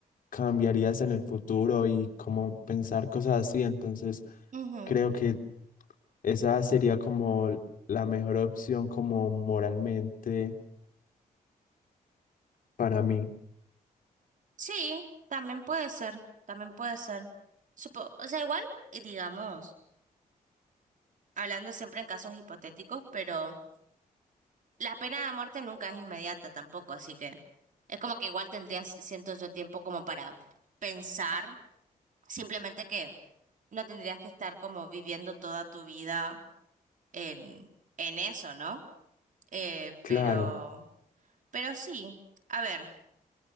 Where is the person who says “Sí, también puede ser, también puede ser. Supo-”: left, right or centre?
Right